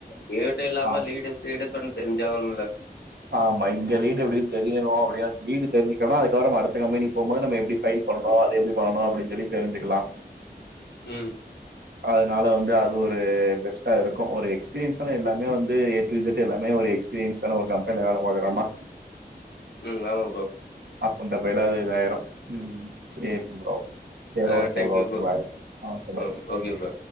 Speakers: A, on the left; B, on the right.
A: வீட்டு இல்லாம
B: ஆ
A: லிடுஸ்பீடு ப்பன் தெரிஞ்சாகணும்ல
B: ஆமா இங்க வீடு எப்டினு தெரியனோ அப்டியனு வீடு தெரிஞ்க்கண அடுத்தவார அடுத்த கம்பெனி போகபோது நம்ம எப்டி சைன் பண்ணனோ அது எப்படி பண்ணனோ அப்டின் சொல்லி தெரிஞ்சுக்கலா
A: ம்
B: அதனால வந்து அது ஒரு பெஸ்ட்டா இருக்கு ஒரு எக்ஸ்பீரியன்ஸ்ன எல்லாமே வந்து ஏ டூ ஜெட் எல்லாமே ஒரு எக்ஸ்பீரியன்ஸான ஒரு கம் என்ன வேல பாக்கராமா
A: ம் ஆமா ப்ரோ
B: அப்ப இந்த ஃப்யில இதாயிரு சரி ப்ரோ சரி
A: ஆ
B: okay
A: thank you bro
B: bye okay bye
A: ம் ஓகே ப்ரோ